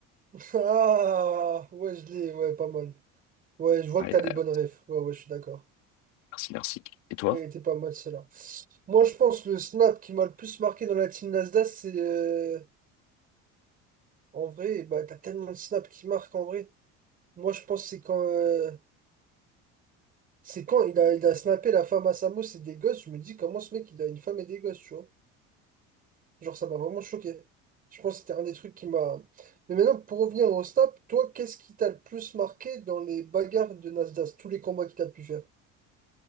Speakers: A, on the right; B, on the left.
A: <laughs> Ah, ouais, je l'ai, ouais, pas mal. Ouais, je vois
B: Ouais,
A: que t'as les
B: ouais,
A: bonnes refs. Ouais, ouais, je suis d'accord.
B: merci, merci. Et toi?
A: Elle était pas mal, celle-là. Moi, je pense le snap qui m'a le plus marqué dans la team Nasdaq, c'est... euh, En vrai, bah, t'as tellement de snaps qui marquent, en vrai. Moi, je pense que c'est quand... euh, C'est quand il a, il a snappé la femme à sa mousse et des gosses, je me dis comment ce mec il a une femme et des gosses, tu vois. Genre ça m'a vraiment choqué. Je pense que c'était un des trucs qui m'a. Mais maintenant, pour revenir au snap, toi, qu'est-ce qui t'a le plus marqué dans les bagarres de Nasdaq, tous les combats qu'il a pu faire?